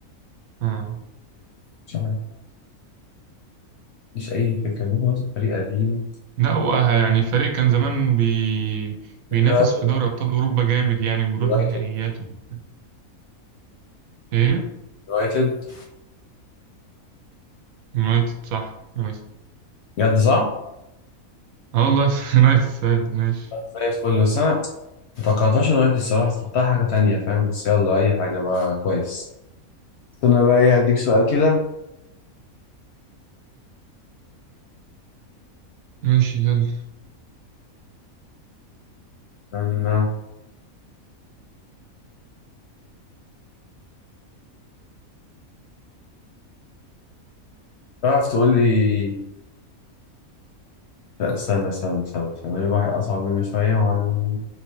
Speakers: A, on the right; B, on the left.
A: آه.
B: مش عارف مش أي فكرة ممكن مثلا فريق قديم
A: لا هو يعني فريق كان زمان بي... بينافس
B: يونايتد
A: في دوري أبطال أوروبا جامد يعني بيروح
B: يونايتد
A: نهائيات وبتاع. إيه؟
B: يونايتد
A: يونايتد صح يونايتد
B: بجد صح؟
A: اه والله <laughs> يونايتد فعلا ماشي
B: زي الفل بس أنا متوقعتهاش نهاية الصراحة افتكرتها حاجة تانية فاهم بس يلا أي حاجة بقى كويس استنى بقى ايه هديك سؤال كده
A: ماشي يلا
B: أما تعرف تقول لي لا استنى استنى استنى استنى أجيب واحد أصعب منه شوية وأنا